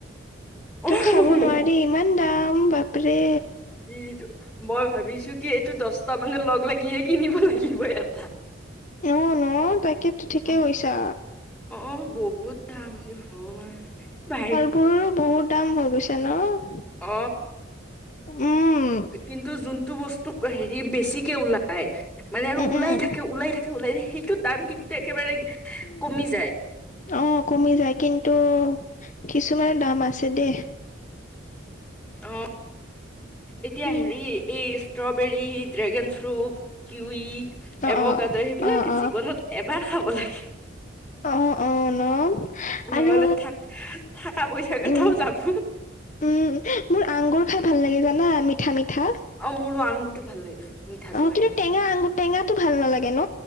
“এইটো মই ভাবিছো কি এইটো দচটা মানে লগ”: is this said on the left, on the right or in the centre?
Centre